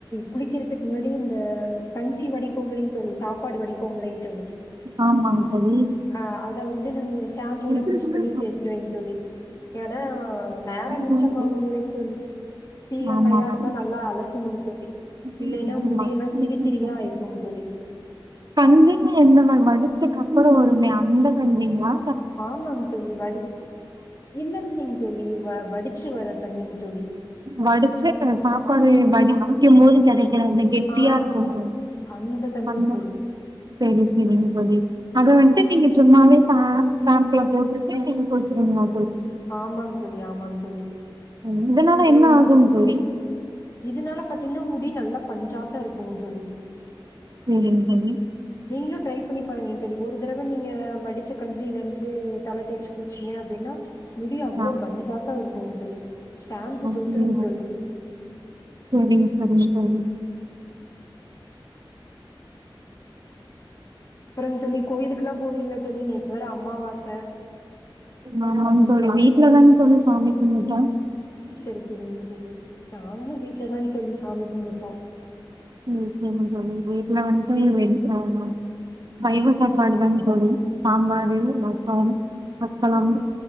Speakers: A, on the left; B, on the right.
A: குளிக்கிறதுக்கு முன்னாடி இந்த கஞ்சி வடிப்போம்லேங் தோழி சாப்பாடு வடிப்போம்லேங் தோழி
B: ஆமாங் தோழி
A: ஆ அத வந்து நானு ஷாம்போட
B: அப்டிங்களா
A: மிக்ஸ் பண்ணி தேச்சுருவேங் தோழி ஏனா நேரோ மிச்சமாகும்லேங்
B: தோழி?
A: தோழி சீயக்காயா
B: ஆமாமா.
A: இருந்தா நல்லா அலசணுங் தோழி இல்லைன்னா
B: ஆமாங்க.
A: முடியெல்லா திரித்திரியா ஆய்க்குங்க தோழி
B: கஞ்சின்னா எந்த மாரி வடிச்சகப்பறோ வருமே அந்த கஞ்சிங்ளா
A: ஆமாங் தோழி வடி இல்ல இல்லைங் தோழி வ வடிச்சி வர தண்ணிங் தோழி
B: வடிச்ச அ சாப்பாடு வடிக்க போது கெடைக்கிற அந்த கெட்டியா
A: ஆ
B: இருக்குமே
A: அந்த தண்ணிங்க
B: அதா
A: தோழி.
B: சேரி சேரிங் தோழி அத வன்ட்டு நீங்க சும்மாவே சா சாம்புள போட்டுட்டு நீங்க குளிச்சிருவீங்ளா
A: ஆமாங்க தோழி, ஆமாங்க தோழி.
B: ம் இதனால
A: இல்லைன்னா
B: என்ன ஆகும் தோழி
A: இதனால பாத்தீங்கன்னா முடி நல்லா பஞ்சாட்டோ இருக்குங் தோழி
B: சேரிங்க தோழி
A: நீங்களு ட்ரை பண்ணி பாருங்க தோழி ஒரு தடவ நீங்க வடிச்ச கஞ்சிலருந்து தல தேச்சு குளிச்சீங்க அப்டின்னா முடி அவ்ளோ
B: ஆ
A: பந்த்தாட்டோ இருக்குங் தோழி ஷாம்பு
B: அப்படியா
A: தோத்துரும் தோழி.
B: சேரிங் சேரிங்க தோழி
A: அப்புறங்க தோழி கோயிலுக்குல்லா போவீங்களா தோழி நேத்து வேற அமாவாச
B: ஆமாங்க தோழி வீட்டுலதாங் தோழி சாமி கும்ட்டோ
A: செரி சேரிங்க தோழி நாங்களு வீட்டுலதாங் தோழி சாமி கும்முட்டோ
B: சேரி சேரிங்க தோழி வீட்டுல வந்துட்டு
A: வீட்
B: வெளி போனு சைவ சாப்பாடுதாங் தோழி சாம்பார் வெரு ரசோ அப்பளம்